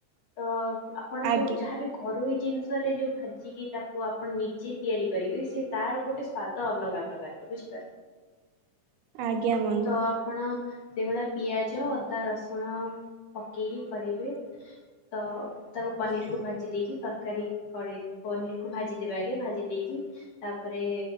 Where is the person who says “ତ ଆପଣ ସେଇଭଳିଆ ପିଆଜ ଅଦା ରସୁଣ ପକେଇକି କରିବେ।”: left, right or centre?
Left